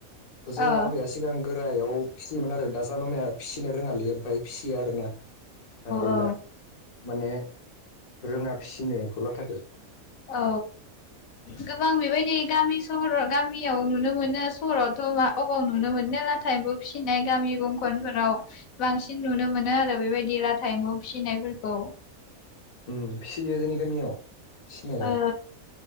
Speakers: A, on the left; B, on the left.
A: जोंहा
B: ओ आरो ओ
A: आबैया सिगां गोरायाव फिसियोमोन आरो दाजा मामाया फिसिनो रोङालै ओमफाय फिसियो आरोना। दा गैला
B: औ
A: माने रोङा फिसिनो एम्फौ लाथाखो।
B: औ गोबां बेबायदि गामि सहराव गामियाव नुनो मोनो सहरावथ' मा अबाव नुनो मोननो। लाथा एफौ फिसिनाय गामि गंखनफोराव बांसिन नुनो मोनो आरो बेबायदि लाथा इमफौ फिसि नायफोरखौ।
A: उ फिसियो जोंनि गामियाव। फिसिनायालाय
B: ओ